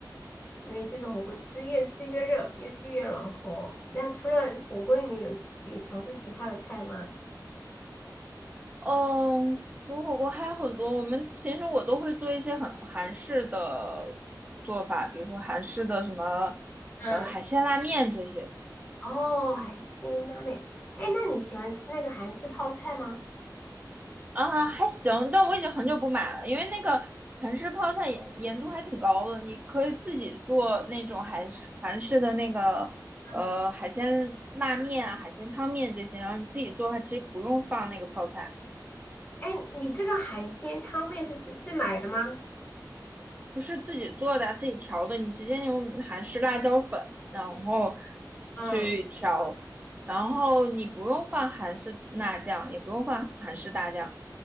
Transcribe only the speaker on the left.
因为这个火锅吃越吃越热，越吃越暖和。那除了火锅，你们有有尝试其他的菜吗？
嗯
哦，海鲜拉面。哎，那你喜欢吃那个韩式泡菜吗？
嗯
哎，你这个海鲜汤面是是买的吗？
嗯